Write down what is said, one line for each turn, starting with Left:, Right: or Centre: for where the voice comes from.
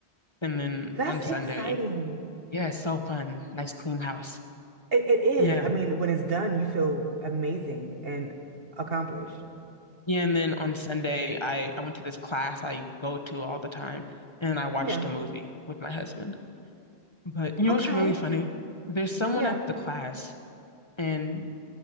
Left: and then
Right: That's
Left: on
Right: exciting.
Left: Sunday, yeah, it's so fun. Nice clean house.
Right: It it is.
Left: Yeah.
Right: I mean, when it's done, you feel amazing and accomplished.
Left: Yeah, and then
Right: Like,
Left: on Sunday,
Right: <laughs>
Left: I I went to this class I go to all the time, and I watched
Right: yeah.
Left: a movie with my husband. But you know
Right: Okay.
Left: what's really funny? There's someone
Right: Yeah.
Left: at the class and